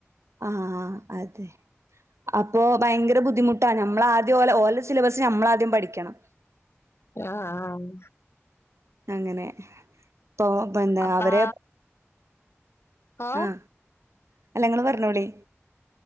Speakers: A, on the right; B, on the left.
A: ആഹ് അതെ അപ്പൊ ഭയങ്കര ബുദ്ധിമുട്ടാ ഞമ്മൾ ആദ്യം ഓലെ ഓലെ സിലബസ് നമ്മള് ആദ്യം പഠിക്കണം.
B: ആഹ് ആഹ്
A: അങ്ങനെ പ്പോ എന്താ
B: അപ്പാ
A: അവരെ
B: ഓ
A: ആഹ് അല്ല ഇങ്ങള് പറഞ്ഞോളി.